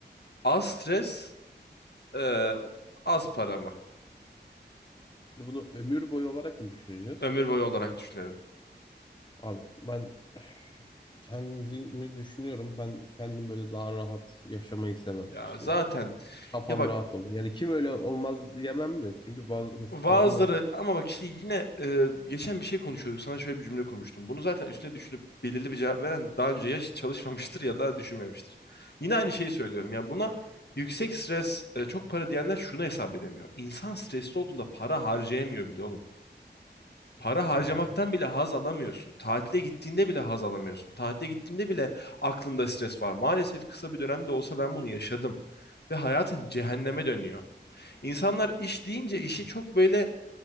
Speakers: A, on the left; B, on the left.
A: Az stres, eee, az para mı?
B: Şimdi bunu ömür boyu olarak mı düşüneceğiz?
A: Ömür boyu olarak düşünelim.
B: Abi ben <sighs> Kendimi düşünüyorum. Ben kendim böyle daha rahat yaşamayı sevmem.
A: Ya
B: İşte
A: zaten
B: kafam
A: ya bak
B: rahat olur. Yani kim öyle olmaz diyemem de. Çünkü bazı mesela
A: bazıları
B: babamlar...
A: ama bak işte yine e, geçen bir şey konuşuyorduk. Sana şöyle bir cümle konmuştum. Bunu zaten üstüne düşünüp belirli bir cevap veren daha önce ya hiç çalışmamıştır ya da düşünmemiştir. Yine aynı şeyi söylüyorum. Ya buna yüksek stres, e, çok para diyenler şunu hesap edemiyor. İnsan stresli olduğunda para harcayamıyor bile oğlum. Para harcamaktan
B: Hı hı.
A: bile haz alamıyorsun. Tatile gittiğinde bile haz alamıyorsun. Tatile gittiğinde bile aklında stres var. Maalesef kısa bir dönemde olsa ben bunu yaşadım ve hayatın cehenneme dönüyor. İnsanlar iş deyince işi çok böyle